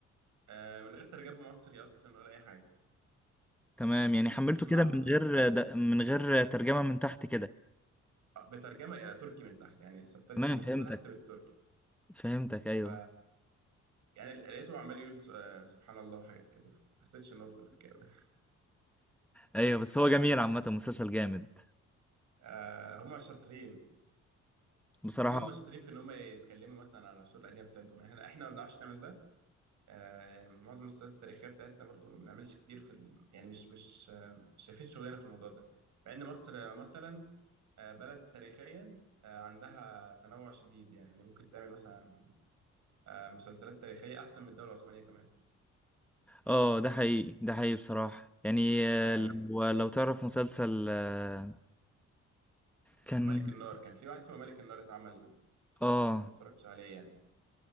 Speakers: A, on the right; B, in the centre.
A: آه، من غير ترجمه مصري اصلا ولا اي حاجه
B: تمام يعني حملته
A: هسمعهم
B: كده من غير
A: يعني
B: د... من غير ترجمة من تحت كده
A: آه، بترجمه الى تركي من تحت يعني السبتات
B: تمام
A: المكتوبه
B: فهمتك
A: تحت بالتركي
B: فهمتك ايوه
A: ف يعني لقيته عمال يقول س- آه، سبحان الله وحاجات كده فما حسيتش ان هو تركي قوي <laughs>
B: ايوه بس هو جميل عامة مسلسل جامد
A: آه، هم شاطرين
B: بصراحة
A: هم هم شاطرين في ان هم يتكلموا مثلا على العصور القديمه بتاعتهم يعني احنا احنا ما بنعرفش نعمل ده آه، يعني معظم السيرات التاريخيه بتاعتنا برضو ما بنعملش كتير في ال... يعني مش مش آه، مش شايفين شغلنا في الموضوع ده مع ان مصر مثلا آه، بلد تاريخيا آه، عندها تنوع شديد يعني ممكن تعمل مثلا آه، مسلسلات تاريخيه احسن من الدوله العثمانيه كمان
B: اه ده حقيقي ده حقيقي بصراحة يعني آه،
A: يعني
B: لو لو تعرف مسلسل آه، كان
A: ملك النار كان في واحد اسمه ملك النار اتعمل
B: اه
A: بس ما اتفرجتش عليه يعني